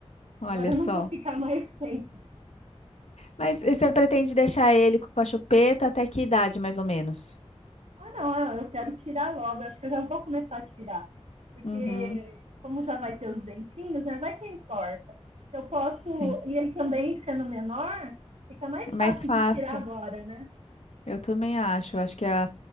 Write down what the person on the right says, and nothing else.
Agora
não quer ficar mais sem.
É.
Ah, não, ah, eu quero tirar logo. Eu acho que eu já vou começar a tirar. Porque,
como já vai ter os dentinhos, né? Vai que importa. Eu posso.
E ele também sendo menor, fica mais
fácil
de tirar agora, né?